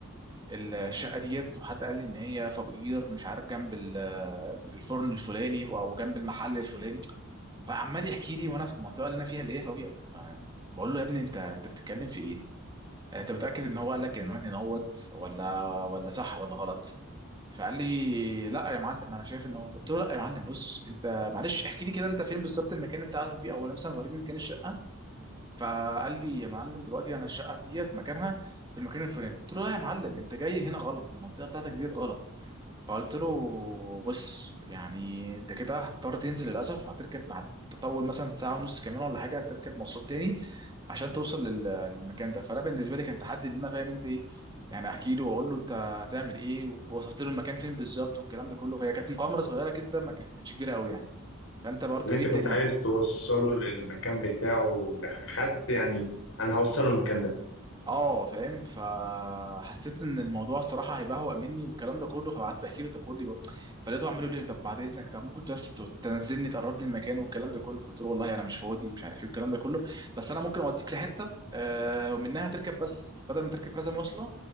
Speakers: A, on the right; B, on the left.
A: الشقه ديت وحد قال لي ان هي في ابو قير مش عارف جنب ال- الفرن الفلاني او جنب المحل الفلاني فعمال يحكي لي وانا في المنطقه اللي انا فيها اللي هي في ابو قير فاهم بقول له يا ابني انت انت بتتكلم في ايه انت متاكد ان هو قال لك العنوان هنا هوت ولا ولا صح ولا غلط فقال لي لا يا معلم انا شايف ان هو قلت له لا يا معلم بص انت معلش احكي لي كده انت فين بالظبط المكان اللي انت عايز بيه او مثلا وريني مكان الشقه فقال لي يا معلم دلوقتي انا الشقه في ديت مكانها في المكان الفلاني قلت له لا يا معلم انت جاي هنا غلط المنطقه بتاعتك ديت غلط فقلت له بص يعني انت كده هتضطر تنزل للاسف هتركب هتطول مثلا ساعه ونص كمان ولا حاجه هتركب مواصلات تاني عشان توصل لل- للمكان ده فانا بالنسبه لي كان تحدي ان انا فاهم انت ايه يعني احكي له واقول له انت هتعمل ايه ووصفت له المكان فين بالظبط والكلام ده كله فهي كانت مغامره صغيره كده ما كان- ما كانتش كبيره قوي يعني فانت برضو
B: اللي انت
A: ايه الدنيا
B: كنت عايز توصله للمكان بتاعه ده خدت يعني انا هوصله المكان ده
A: اه فاهم فحسيت ان الموضوع الصراحه هيبهوأ مني والكلام ده كله فقعدت بحكي له طب قول لي بقى فلقيته عمال يقول لي طب بعد اذنك طب ممكن بس ت- تنزلني تقرب لي المكان والكلام ده كله فقلت له والله انا مش فاضي مش عارف ايه والكلام ده كله بس انا ممكن اوديك لحته آه ومنها تركب بس بدل ما تركب كذا مواصله